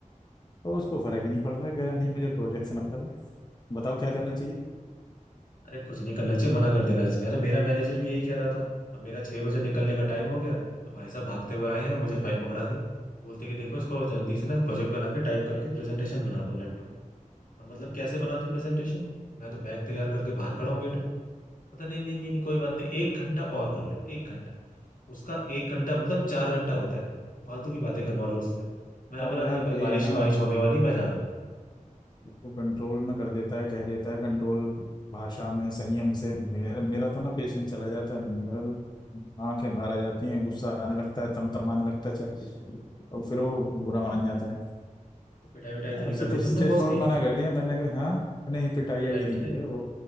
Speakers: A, on the left; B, on the left.
A: तो उसको फर्क ही नहीं पड़ रहा कह रहा नहीं मुझे प्रोजेक्ट से मतलब है बताओ क्या करना चाहिए
B: अरे कुछ नहीं करना चाहिए मना कर देना चाहिए अरे मेरा मैनेजर भी यही कह रहा था अब मेरा छह बजे निकलने का टाइम हो गया तो भाई साहब भागते हुए आए हैं मुझे फाइल पकड़ा दी बोलते कि देखो इसको जल्दी से ना प्रोजेक्ट बना के टाइप करके प्रेजेंटेशन बना दो लैपटॉप पे अब मतलब कैसे बना दो प्रेजेंटेशन मैं तो बैग तैयार करके बाहर खड़ा हूँ गेट पे। पता नहीं नहीं नहीं नहीं, कोई बात नहीं एक घंटा और कर लो एक घंटा उसका एक घंटा मतलब चार घंटा होता है फालतू की बातें करवा लो उससे मैंने
A: अरे
B: बोला
A: यार
B: नहीं भाई
A: भाई
B: बारिश
A: है ना
B: बारिश होने वाली है, मैं जा रहा हूँ
A: वो कंट्रोल में कर देता है कह देता है कंट्रोल भाषा में संयम से मेरा मेरा
B: हम्म,
A: तो ना पेशेंस चला जाता है मेरा तो आंखें बाहर आ जाती हैं गुस्सा आने लगता है तमतमाने लगता है चा- और
B: हम्म।
A: फिर वो बुरा मान जाता है
B: तो पिटाई विटाई
A: मैंने
B: तो नहीं
A: उससे
B: कर
A: तो
B: दी
A: स्ट्रेट
B: तुमने बॉस
A: फॉरवर्ड
B: की
A: मना कर दिया मैंने कहा हाँ नहीं पिटाई
B: पिटाई
A: अभी नहीं
B: विटाई
A: की है वो